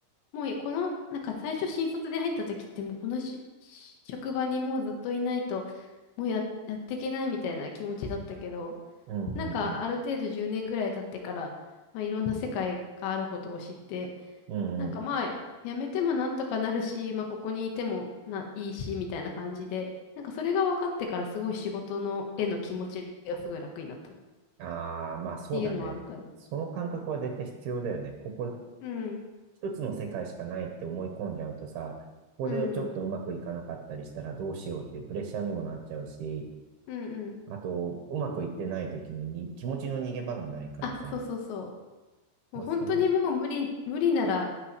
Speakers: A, on the left; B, on the right.
A: もうこの、なんか最初新卒で入った時ってもうこのしし職場にもうずっといないと、もうや、やっていけないみたいな気持ちだったけど、
B: うん、
A: なんかある程度10年ぐらい経ってから、
B: うん、
A: まあいろんな世界があることを知って、
B: うん。
A: なんかまあ、
B: うん
A: やめてもなんとかなるし、まあここにいてもな、いいし、みたいな感じで、なんかそれが分かってからすごい仕事の、への気持ちがすごい楽になったっ
B: ああ、まあそうだね。
A: ていうのはあるかな。
B: その感覚は絶対必要だよね。ここ、
A: うん、
B: 一つの世界しかないって思い込んじゃうとさ、ここでちょっとうまくいかなかったりしたらどうしようっていうプレッシャーにもなっちゃうし、
A: うん、うん、うん。
B: あと、うまくいってない時にに気持ちの逃げ場がないからさ、
A: あ、そうそうそう。
B: まあそれは。
A: もう本当にもう無理、無理なら